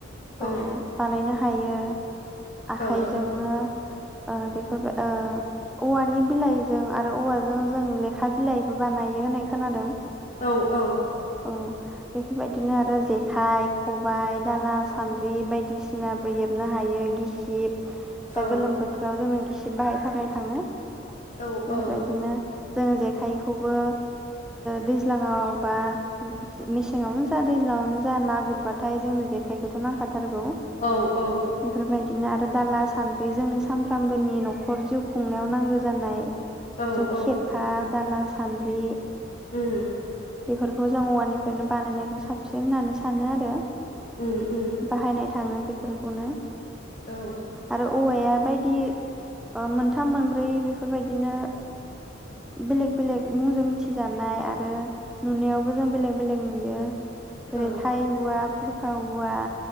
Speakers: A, in the centre; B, on the left.
A: बा
B: औ
A: बानायना हायो। आखाइजोंनो
B: औ औ
A: ओ बेफोरबा ओ औवानि बिलाइजों आरो औवा ओ जों लेखा बिलाइबो बानायो होननाय खोनादों
B: औ औ
A: औ बेफोरबायदिनो आरो जेखाइ खबाइ दाला सान्द्रि बायदिसिना बो हेबनो हायो गिसिब दा
B: औ
A: गोलोम बोथोराव जोंनो गि बिसे बाहायथारनाय थाङो
B: औ
A: बेफोरबायदिनो
B: औ
A: जों जेखाइखौबो दैज्लाङाव बा मेसेङावनो जा दैज्लाङावनो जा ना गुरबाथाय जोंनो जेखाइखौथ नांखा थारगौ
B: औ औ
A: बेफोरबायदि बिदिनो आरो दाला, सान्द्रि जोंनो सानफ्रामबोनि नखर जिउ खुंनायाव नांगौ जानाय
B: औ
A: जौ
B: औ
A: खेरखा दाला सान्द्रि
B: उम
A: बेफोरखौ जों औवानिफ्रायनो बानायनायखौ साबसिन होननानै सानो आरो
B: उम उम
A: बाहायनाय थाङो बेफोरखौनो
B: औ
A: आरो औवाया बायदि ओ मोनथाम मोनब्रै बेफोरबायदिनो बेलेग बेलेग मुंजों मिथिजानाय आरो नुनायावबो जों बेलेग बेलेग नुयो।
B: औ
A: रैथाइ हौवाफोर हौवा